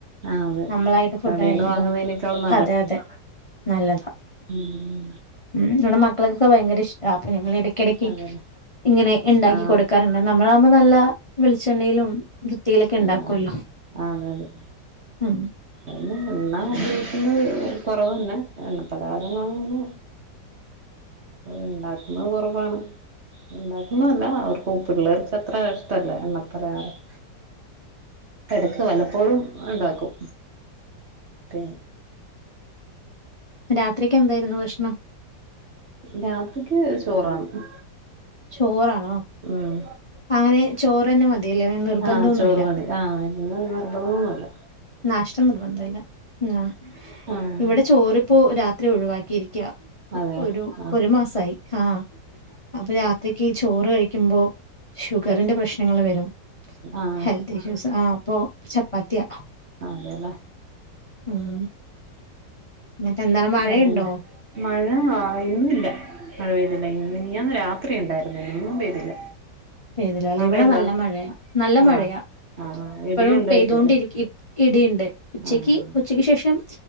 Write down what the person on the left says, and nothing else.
നമ്മളായിട്ട് ഫുഡ്
കഴിയുമ്പോ
അതെ അതെ നല്ലതാ
ഉം നമ്മുടെ മക്കൾക്കൊക്കെ ഭയങ്കര ഇഷ്ട അപ്പൊ ഞമ്മൾ ഇടക്കിടയ്ക്ക്
ഇങ്ങനെ ഉണ്ടാക്കി
കൊടുക്കാൻ ണ്ട് നമ്മളാകുമ്പോ നല്ല വളിച്ചെണ്ണയിലും വൃത്തിയിലൊക്കെ ഉണ്ടാക്കുമല്ലോ
ഉം
രാത്രിക്കെ എന്തായിരുന്നു ഭക്ഷണം
ചോറാണോ
അങ്ങനെ ചോറ് തന്നെ മതിയല്ലേ അ നിർബന്ധൊന്നുല്ല
നാഷ്ട നിർബന്ധ ഇല്ല ആഹ്
ഇവിടെ ചോറിപ്പോ രാത്രി ഒഴിവാക്കിയിരിക്ക
ഒരു
ഒരു മാസായി ആഹ് അപ്പൊ രാത്രിക്ക് ചോറ് കഴിക്കുമ്പോ ഷുഗറിന്റെ പ്രശ്നങ്ങൾ വരും
ഹെൽത്ത് ഇഷ്യൂസ് ആഹ് അപ്പൊ ചപ്പാത്തിയാ
ഉം ന്നിട്ട എന്താണ് മഴയുണ്ടോ?
പെയ്തിലാല
ഇവിടെ നല്ല മഴയാ നല്ല
മഴയാ
ഇപ്പഴും
പെയ്തൊണ്ടിരി
ഇടീണ്ട് ഉച്ചക്ക്
ഉച്ചയ്ക്ക് ശേഷം